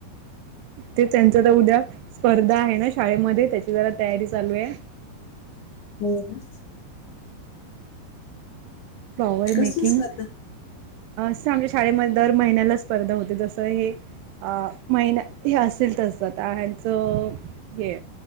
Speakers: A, on the right; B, on the left.
A: ते त्यांच तर उद्या स्पर्धा आहे, ना शाळेमध्ये त्याची जरा तयारी चालू आहे.
B: हो. ना
A: फ्लॉवर
B: कसली
A: मेकिंग
B: स्पर्धा
A: असं आमच्या शाळेमध्ये दर महिन्याला स्पर्धा होते जसं हे अ महिना हे असेल तस आता हचं हे